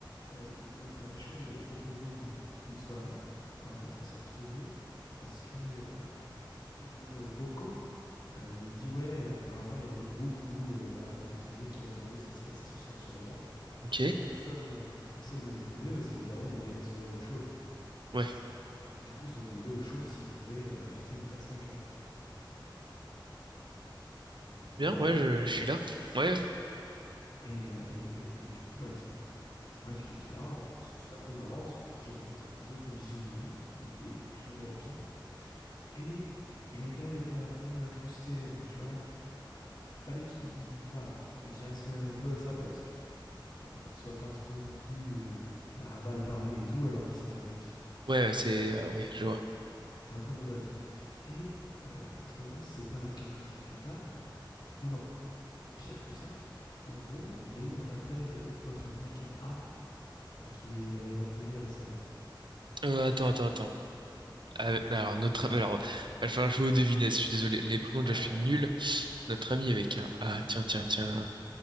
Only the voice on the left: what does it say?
euh, notre ami Chauve, il avait proposé une, une soirée. Et en fait, on s'est retrouvé à ce que euh, bah, euh, Bocco, euh, il dit ouais, euh, apparemment, il y a un autre groupe où euh, il y a le petit D qui a demandé ce qui se passait ce soir sur Nantes.
Et personne euh, personne lui répondait parce qu'évidemment, il y avait la soirée du Chauve.
Et du coup, ils ont demandé au Chauve s'il pouvait euh, inviter ou pas ce mec-là. Donc, tu
vois,
il
y avait
Et, euh, et, et- et du coup, bah, ils ont. Bref, il était là. Bon, c- c'était un peu marrant parce que du coup, j'avais une autre, une autre vision de lui. Il était plus ou moins OK. Et il avait quand même été un peu incrusté. Donc, tu vois, fallait qu'il voilà, fallait qu'il reste quand même un peu à sa place, tu vois. Alors, qu'il soit pas trop non plus euh, là à mal parler et tout, alors qu'il s'est fait incruster.
C'était un peu mon avis. Et euh, je me demande si c'est pas quelques jours plus tard. Enfin, non, pire que ça. En gros, il y a eu en appel euh, notre ami avec un A euh, qui est allé à Montpellier récemment
Ouais,